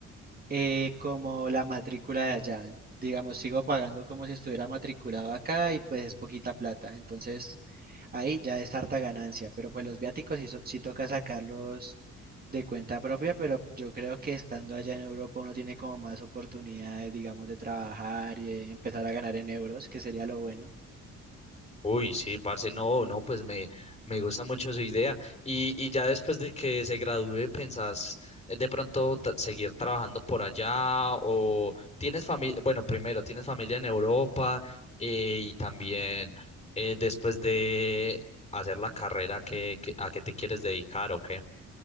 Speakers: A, on the right; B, on the left.
A: eh, como la matrícula de allá. Digamos, sigo pagando como si estuviera matriculado acá y pues es poquita plata. Entonces ahí ya es harta ganancia, pero pues los viáticos sí, so- sí toca sacarlos de cuenta propia, pero yo creo que estando allá en Europa uno tiene como más oportunidades, digamos, de trabajar y eh, empezar a ganar en euros, que sería lo bueno.
B: Uy, sí, parce, no, no, pues me, me gusta mucho su idea. Y, y ya después de que se gradúe, ¿pensás eh, de pronto ta- seguir trabajando por allá? ¿O tienes familia, bueno, primero, tienes familia en Europa eh, y también eh, después de hacer la carrera, ¿qué, qué- a qué te quieres dedicar o qué?